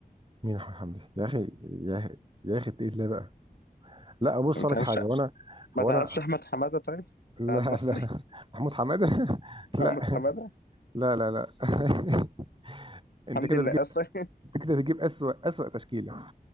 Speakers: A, on the right; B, on the left.
A: مين احمد حمدي يا اخي يا اخي يا اخي تقيل ليه بقى لا بص
B: ما
A: لك
B: تعرفش
A: حاجه وانا
B: ما
A: هو
B: تعرفش
A: انا
B: أحمد حمادة طيب
A: لا
B: بتاع المصري
A: لا
B: <laughs>
A: محمود حماده <laughs> لا
B: أحمد حمادة
A: لا لا لا <laughs> انت
B: حمدي
A: كده
B: النقاش
A: بتجيب
B: طيب
A: انت كده بتجيب اسوأ اسوأ تشكيله